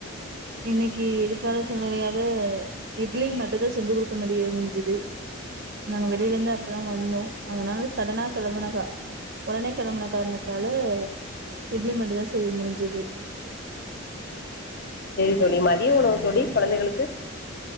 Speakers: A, on the right; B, on the left.
A: இன்னைக்கி எதிர்பாராத சூழ்நிலையால் து இட்லி மட்டும் தான் செஞ்சு குடுக்க முடியது முடிஞ்சது நாங்க வெளில இருந்து அப்பதான் வந்தோம் அதனால சடனா கிளம்பனா உடனே கிளம்பன காரணத்தை ல இட்லி மட்டும் தான் செய்ய முடிஞ்சது
B: தொி மதிய உணவுத் தோழி குழந்தைகளுக்கு